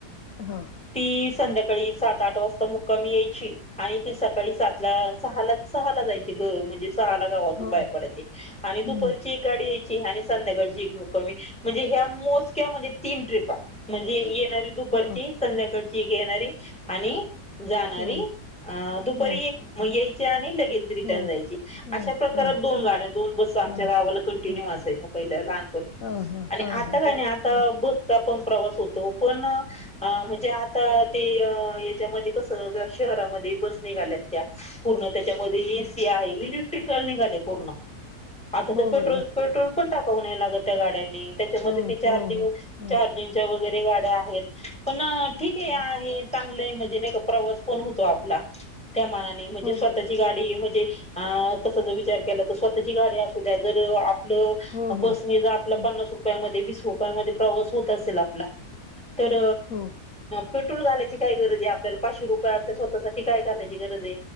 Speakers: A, on the left; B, in the centre.
A: हा
B: ती संध्याकाळी सात, आठ वाजता मुक्कामी यायची आणि ती सकाळी सातला, सहाला, सहाला जायची घ म्हणजे सहाला गावा बाहेर
A: हो
B: पडायचे आणि दुपारची
A: हम्म
B: एक गाडीयची आणि संध्याकाळची एक मुक्कामी म्हणजे ह्या मोजक्या म्हणजे तीन ट्रिपा म्हणजे येणारी दुपारची
A: हा
B: संध्याकाळची एक येणारी आणि जाणारी
A: हो
B: अ दुपारी
A: हो
B: एक म यायची आणि लगेल रिटर्न
A: हो
B: जायची
A: हो
B: अश्या करत
A: हो
B: दोन गाड्या दोन बस आमच्या
A: हा
B: गावाला कंटिन्यू
A: हा
B: असायच्या पहिल्या लहानपणी
A: हा हा
B: आणि
A: हा
B: आता
A: हा
B: काय नाही आता
A: हा
B: बसचा पण प्रवास होतो पण अ म्हणजे आता ते याच्यामध्ये कस शहरामध्ये बस निघाल्यात त्या पूर्ण त्याच्यामध्ये एसी आहे इलेकट्रिक निघाले पूर्ण आता तर
A: हो
B: पेट्रोल,
A: बरोबर
B: पेट्रोल पण टाकाव लागत त्या गाड्यांनी त्याच्यामध्ये
A: हो
B: ते चार्जिंग
A: हो हो हो
B: चार्जिंगच्या वगैरे गाड्या आहेत पण ठीक आहे,
A: हो
B: आहे चांगले म्हणजे नाही का प्रवास पण होतो आपला त्या मानाने म्हणजे
A: हो
B: स्वतःची
A: बरोबर
B: गा की म्हणजे आ तसं जर विचार केला तर स्वतःची गाडी असु द्या जर आप आपलं
A: हो
B: बसने
A: हो
B: ज आपला
A: हं,
B: पन्नास रुपयामध्ये वीस रुपयामध्ये प्रवास होत असेल आपला तर
A: हो
B: पेट्रोल घालायची काय गरज आहे आपल्याला पाचशे रुपये आपल्या स्वतःसाठी काय घायची गरज आहे